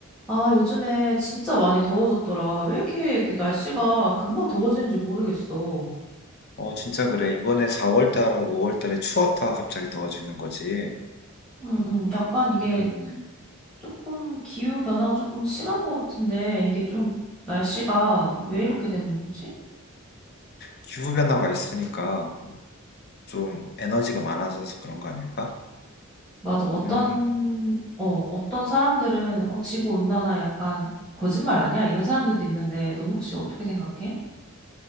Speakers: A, in the centre; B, on the left.
A: 아, 요즘에 진짜 많이 더워졌더라. 왜 이렇게 이렇게 날씨가 금방 더워지는지 모르겠어.
B: 어, 진짜 그래. 이번에 4월 달하고 5월 달에 추웠다가 갑자기 더워지는 거지.
A: 응, 응. 약간 이게
B: 음,
A: 조금 기후 변화가 조금 심한 것 같은데 이게 좀 날씨가 왜 이렇게 되는 거지?
B: 기후 변화가 있으니까 좀 에너지가 많아져서 그런 거 아닐까?
A: 맞아. 어떤,
B: 음,
A: 어, 어떤 사람들은 어, 지구 온난화 약간 거짓말 아니야? 이런 사람들도 있는데 넌 혹시 어떻게 생각해?